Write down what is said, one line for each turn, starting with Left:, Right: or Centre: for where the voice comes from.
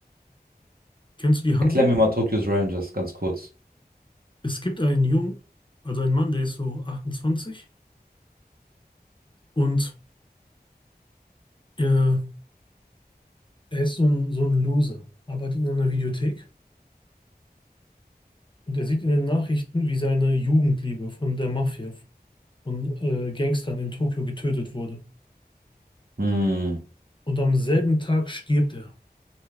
Left: Kennst du die Handlung?
Right: Erklär mir mal Tokyo's Revengers ganz kurz.
Left: Es gibt einen Jungen, also einen Mann, der ist so 28 und äh, er ist so ein, so ein Loser, arbeitet in einer Videothek und er sieht in den Nachrichten, wie seine Jugendliebe von der Mafia, von äh, Gangstern in Tokio getötet wurde.
Right: Hm.
Left: Und am selben Tag stirbt er.